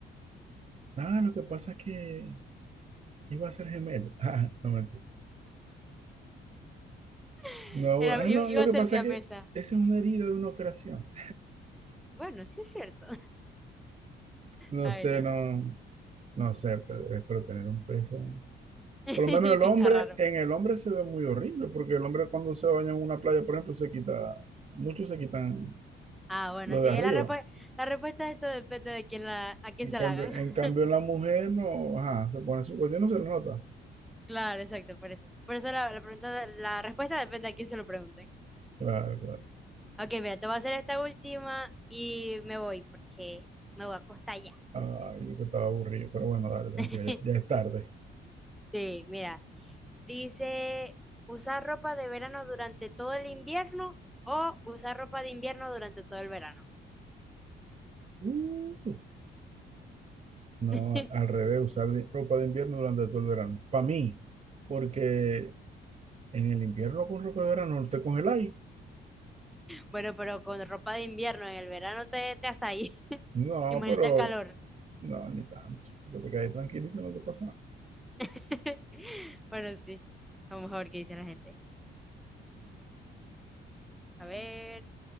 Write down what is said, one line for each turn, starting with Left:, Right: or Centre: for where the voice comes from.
Right: Ah, lo que pasa es que iba a ser gemelo. <laughs> Ah, no mentira.
Centre: <laughs>
Right: No,
Centre: Era-
Right: ah, no,
Centre: i-
Right: lo
Centre: iba
Right: que
Centre: a ser
Right: pasa
Centre: siamesa.
Right: es que esa es una herida de una operación.
Centre: Bueno, sí es cierto.
Right: No
Centre: Ay,
Right: sé,
Centre: no.
Right: no, no sé, pero, eh, pero tener un pezón.
Centre: <laughs>
Right: Por lo menos el
Centre: Sí
Right: hombre,
Centre: está raro.
Right: en el hombre se ve muy horrible, porque el hombre cuando se baña en una playa, por ejemplo, se quita, muchos se quitan
Centre: Ah, bueno,
Right: lo
Centre: sí,
Right: de
Centre: la,
Right: arriba.
Centre: respu- la respuesta de esto depende de quién la, a quién
Right: En
Centre: se
Right: cambio,
Centre: la hagan.
Right: en
Centre: <laughs>
Right: cambio en la mujer no, ajá, se pone su cuerpo, no se nota.
Centre: Claro, exacto, por eso. Por eso la, la pregunta, la respuesta depende a quién se lo pregunten.
Right: Claro, claro.
Centre: Ok, mira, te voy a hacer esta última y me voy porque me voy a acostar ya.
Right: Ay, yo que estaba aburrido, pero bueno, dale, tranquilo,
Centre: <laughs>
Right: ya, ya es tarde.
Centre: Sí, mira. Dice, usar ropa de verano durante todo el invierno o usar ropa de invierno durante todo el verano.
Right: Uh, No,
Centre: <laughs>
Right: al revés, usar de- ropa de invierno durante todo el verano. Para mí, porque en el invierno con ropa de verano no te congeláis.
Centre: Bueno, pero con ropa de invierno en el verano te, te haces ahí. <laughs>
Right: No,
Centre: Imagínate
Right: pero
Centre: el calor.
Right: no, ni tanto. Porque te quedas tranquilito, no te pasa nada.
Centre: <laughs> Bueno, sí. Vamos a ver qué dice la gente. A ver.